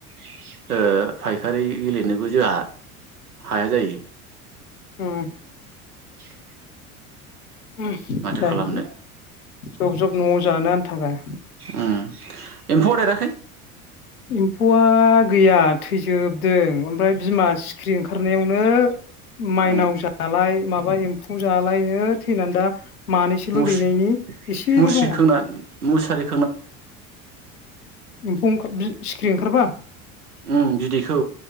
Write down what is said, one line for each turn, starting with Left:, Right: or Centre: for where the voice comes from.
Right: <inaudible> ओ फायखारि <unintelligible> नोबो जोहा हाया जायो
Left: उम
Right: <inaudible>
Left: ओम
Right: माथो
Left: जायोलै
Right: खालामनो
Left: जब जब न'आव जानो आन्था गा
Right: उम एम्फौआ देराखै
Left: एम्फौआ गैया थैजोबदों ओमफाय बिमा सिखिरि ओंखारनायाव मो माइनाव
Right: उम
Left: जालाय माबा एम फौ जालायनो थैनानै दा मानैसोल'
Right: मुस्रि
Left: दैनायनि एसेल'
Right: मुस्रि
Left: दङ
Right: खोंना मुसारि
Left: <inaudible> सिखिरि ओंखारबा
Right: ओम बिदैखौ